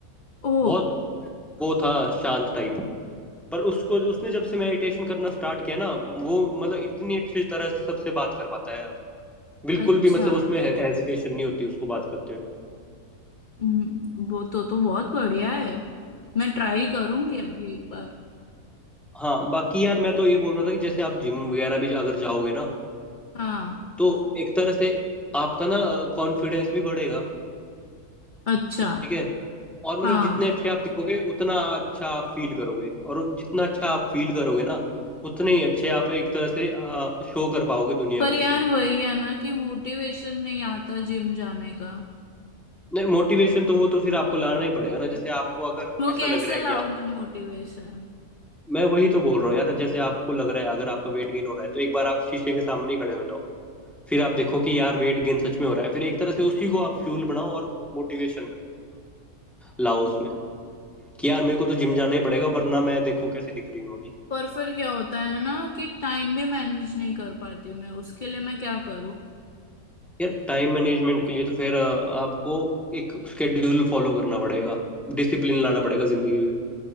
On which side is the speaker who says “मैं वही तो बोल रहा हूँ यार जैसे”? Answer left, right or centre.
Centre